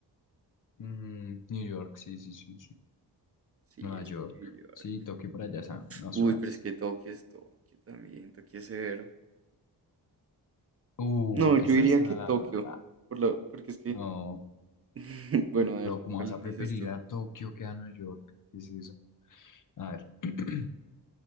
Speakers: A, on the left (about 50°); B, on the right (about 35°).
A: Mm, New York, sí, sí, sí, sí.
B: Sí,
A: Nueva
B: es
A: York.
B: que New York.
A: Sí, Tokio por allá, Sam. No,
B: Uy,
A: suas.
B: pero es que Tokio es Tokio también. Tokio es severo.
A: Uh,
B: No, yo
A: esa
B: diría
A: es ah,
B: que Tokio.
A: rara.
B: Por la, porque es que.
A: No,
B: <laughs> Bueno, a
A: pero
B: ver,
A: ¿cómo
B: ¿cuál
A: vas a preferir
B: dices tú?
A: a Tokio que a Nueva York? ¿Qué es eso? A ver. <clears throat>